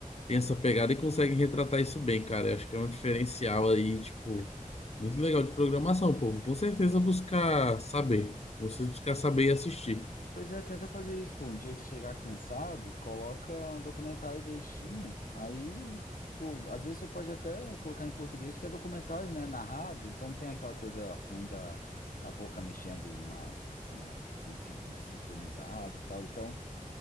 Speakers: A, on the left; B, on the left.
A: têm essa pegada e conseguem retratar isso bem, cara. Eu acho que é um diferencial aí, tipo, muito legal de programação, povo. Com certeza buscar saber. Vocês buscar saber e assistir.
B: Pois é, tenta fazer isso, pô. Um dia que você chegar cansado, coloca um documentário bestinha. Aí, tipo, às vezes você pode até colocar em português, porque é documentário, né? Narrado, então não tem aquela coisa ruim da, da boca mexendo uma, uma desin- desincronizada e tal. Então,